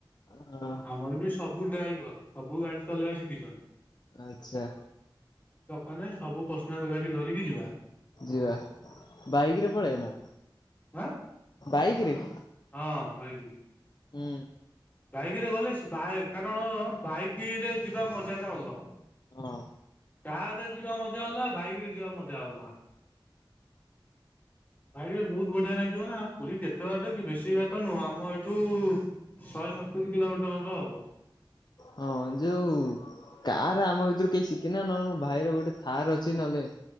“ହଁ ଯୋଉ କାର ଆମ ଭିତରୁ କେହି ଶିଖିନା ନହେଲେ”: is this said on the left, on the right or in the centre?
Left